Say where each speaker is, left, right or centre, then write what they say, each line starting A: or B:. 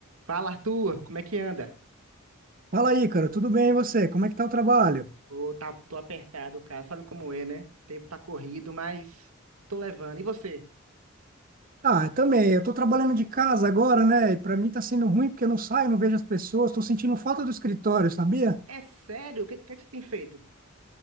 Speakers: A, on the right (about 80°); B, on the right (about 40°).
A: Fala, Arthur, como é que anda?
B: Fala aí, cara, tudo bem e você? Como é que tá o trabalho?
A: Pô, tá, tô apertado, cara. Sabe como é, né? O tempo tá corrido, mas tô levando. E você?
B: Ah, eu também, eu tô trabalhando de casa agora, né? E pra mim tá sendo ruim porque eu não saio, não vejo as pessoas, tô sentindo falta do escritório, sabia?
A: É sério? O que, que é que você tem feito?